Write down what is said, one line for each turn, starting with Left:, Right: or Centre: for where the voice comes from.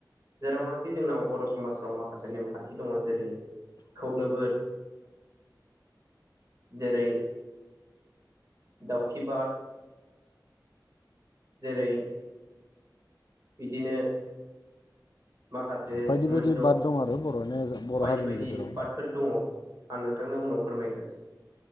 Right: जेरावनाखि जोंनाव बर' समाजफ्राव माखासे नेमखान्थि दङ जेरै खौलोबोद जेरै दावखि बाद जेरै बिदिनो माखा से
Left: बायदि बायदि
Right: मोनद'
Left: बाद दं आरो बर'नि बर'
Right: बायदि
Left: हारिनि
Right: बायदि
Left: गेजेराव
Right: बादफोर दङ आं नोंथांनो उनाव फोरमायगोन।